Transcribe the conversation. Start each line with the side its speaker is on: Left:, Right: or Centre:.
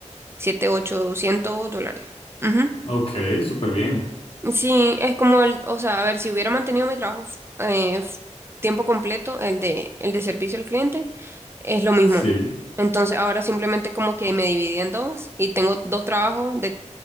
Right: siete, ochocientos dólares. Ujú.
Left: ok, súper bien.
Right: Sí, es como el, o sea, a ver, si hubiera mantenido mi trabajo f- eh, f- tiempo completo, el de, el de servicio al cliente, es lo mismo.
Left: Sí.
Right: Entonces ahora simplemente como que me dividí en dos y tengo dos trabajos de